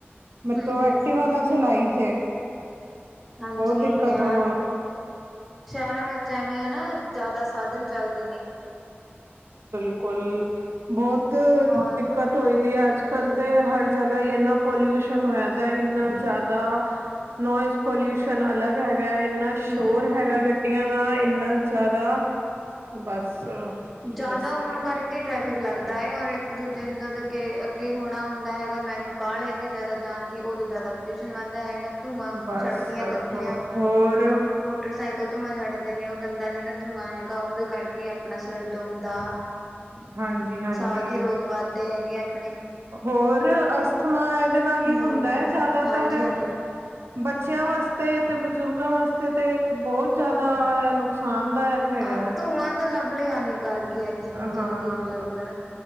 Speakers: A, on the right (about 75°); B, in the centre.
A: ਮੇਰੇ
B: ਹੂੰ
A: ਤੋਂ
B: ਹੂੰ
A: ਐਕਟੀਵਾ ਨਾ ਚਲਾਈ ਜੇ।
B: ਹਾਂਜੀ,
A: ਬਹੁਤ
B: ਯੀਯਾ
A: ਦਿੱਕਤ ਹੋ
B: ਸ਼ਹਿਰਾਂ ਵਿੱਚ ਐਵੇਂ ਐ ਨਾ ਜਾਦਾ ਸਾਧਨ ਚੱਲਦੇ ਨੇ।
A: ਬਿਲਕੁਲ, ਬਹੁਤ
B: ਔਰ
A: ਦਿੱਕਤ ਹੋਈ ਦੀ ਏ
B: ਹੂੰ
A: ਅੱਜ
B: ਹੂੰ
A: ਕਲ ਤੇ ਹਰ ਜਗ੍ਹਾ ਹੀ ਇੰਨਾ ਪੋਲਿਊਸ਼ਨ ਹੋਇਆ ਦਾਏ ਇੰਨਾ ਜਾਦਾ ਨੋਇਸ ਪੋਲਿਊਸ਼ਨ ਅਲੱਗ ਹੈਗੈ, ਇਨਾਂ ਸ਼ੋਰ
B: ਹੂੰ
A: ਹੈਗਾ ਗੱਡੀਆਂ ਦਾ ਇਨਾ ਜ਼ਿਆਦਾ, ਬਸ ਕੀ
B: ਜ਼ਿਆਦਾ
A: ਦੱਸੀਏ
B: ਹੋਰਣ ਕਰਕੇ ਟ੍ਰੈਫਿਕ ਲੱਗਦਾ ਏ ਔਰ ਇੱਕ ਦੂਜੇ ਨੂੰ ਜਦ ਕੇ ਅੱਗੇ ਹੋਣਾ ਹੁੰਦਾ ਹੈਗਾ, ਮੈਨੂੰ ਕਾਲ ਹੈਗੀ ਜ਼ਿਆਦਾ ਜਾਣ ਦੀ, ਉਦੋਂ ਜ਼ਿਆਦਾ ਪੋਲਿਊਸ਼ਨ ਵੱਧਦਾ ਹੈਗੇ। ਧੂੰਆਂ
A: ਬਸ
B: ਚੜਦੀਆਂ ਗੱਡੀਆਂ,
A: ਹੋ ਹੋਰ
B: ਮੋਟਰਸਾਈਕਲ ਕਲ ਧੂੰਆਂ ਛੱਡਦੇ ਨੇਂ, ਉਹ ਗੰਦਾ ਜਿਹੜਾ ਧੂੰਆਂ ਹੈਗਾ, ਉਹਦੇ ਕਰਕੇ ਆਪਣਾ ਸਿਰ ਦੁੱਖ ਦਾ
A: ਹਾਂਜੀ ਹਾਂਜੀ
B: ਸਾਹ ਦੀ ਰੋਗ ਵੱਧਦੇ ਹੈਗੇ ਆਪਣੇ।
A: ਹੋਰ ਅਸਥਮਾ ਇਹਦੇ ਨਾਲ ਹੀ
B: ਹਮ
A: ਹੁੰਦਾ ਐ ਜ਼ਿਆਦਾਤਰ
B: ਹਾਂਜੀ ਹਾਂਜੀ
A: ਬੱਚਿਆਂ ਵਾਸਤੇ ਤੇ ਬਜ਼ੁਰਗਾਂ ਵਾਸਤੇ ਤੇ ਬਹੁਤ ਜ਼ਿਆਦਾ ਐ ਨੁਕਸਾਨਦਾਇਕ। ਹੈਗਾ
B: ਹ,
A: ਹੈ
B: ਧੂੰਆਂ ਤਾਂ ਸਭ ਲਈ ਹਾਨਿਕਰਕੇ ਹੀ ਏ, ਕੀ ਬੱਚੇ
A: ਹਾਂ
B: ਤੇ ਕੀ ਬਜ਼ੁਰਗ, ਹੈਨਾ?